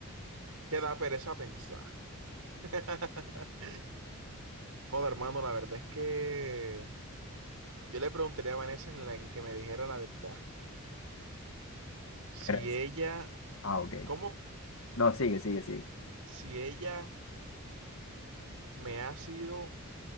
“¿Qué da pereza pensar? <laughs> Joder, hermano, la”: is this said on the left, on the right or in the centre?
Right